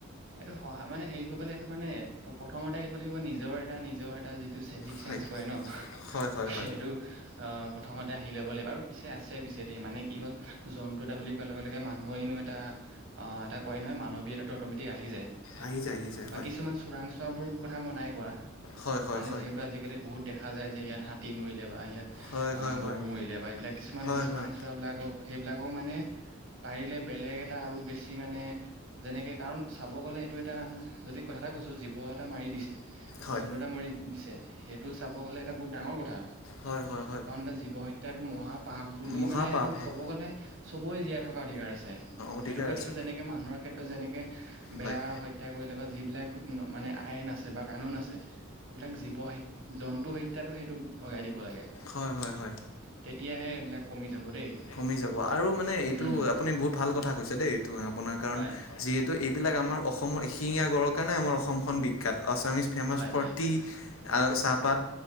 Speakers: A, on the right; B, on the left.
A: এইটো সহা মানে হেৰি কৰিবলে এইটো মানে প্ৰথমতে আহিব লাগিব নিজৰ এটা নিজৰ এটা যিটো চেভি- ছেঞ্জ
B: হয়
A: কৰে ন,
B: হয় হয়
A: সেইটো
B: হয়
A: অঁ প্ৰথমতে আহি ল'ব লাগিব আৰু পিছে আছে পিছে। দে মানে কি হল? জন্তু এটা বুলি কোৱাৰ লগে লগে মানুহৰ এনেও এটা- অঁ এটা কয় নহয় মানৱীয়তাটো অট'মেটিক আহি যায়।
B: আহি যায় আহি যায়।
A: বা
B: হয়
A: কিছুমান চোৰাং চোৱা বোৰ কথা মই নাই কোৱা,
B: হয় হয়
A: মানে
B: হয়
A: যিহেতু আজি- আজিকালি বহুত দেখা যায় যে ইয়াত হাতী মৰিলে বা ইয়াত
B: হয়
A: আঁ
B: হয় হয়
A: গড় মৰিলে বা এইবিলাক কিছুমান
B: হয়
A: চোৰাং-
B: হয়
A: চোৱা বিলাকক সেইবিলাকও পাৰিলে এটা আৰু বেছি মানে- যেনেকে, কাৰণ চাব গ'লে এইটো এটা যদি কথা এটা কৈছো জীৱ এটা মাৰি দিছে।
B: হয়
A: জন্তু এটা মাৰি দিছে। সেইটো চাব গলে এটা বহুত ডাঙৰ কথা।
B: হয় হয় হয়।
A: নে জীৱ হত্যাটো মহাপাপ বুলি
B: মহাপাপ
A: মানে- তোৰ
B: হয়
A: ক'ব গ'লে, চবৰে জীয়াই থকা অধিকাৰ আছে।
B: অধিকাৰ
A: সেইটো ক্ষেত্ৰতো
B: আছে
A: যেনেক- মানুহৰ ক্ষেত্ৰত যেনেকে বেয়া
B: হয় হয়
A: হত্যা কৰিলো যিবিলাক মানে আইন আছে বা কানুন আছে সেইবিলাক জীৱ হ জন্তু হত্যাতো সেইটো লগাই দিব লাগে।
B: হয় হয় হয়
A: তেতিয়াহে এইবিলাক কমি যাব দেই।
B: কমি যাব আৰু মানে এইটো
A: উম
B: আপুনি বহুত ভাল কথা কৈছে দেই এইটো আপোনাৰ কাৰণ
A: হয়
B: যিহেতু এইবিলাক আমাৰ অসমৰ এশিঙীয়া গড়ৰ কাৰণে আমাৰ অসমখন বিখ্যাত, আসামিছ ফেমাছ
A: হয়
B: ফৰ
A: হয়
B: টি, আ চাহপাত,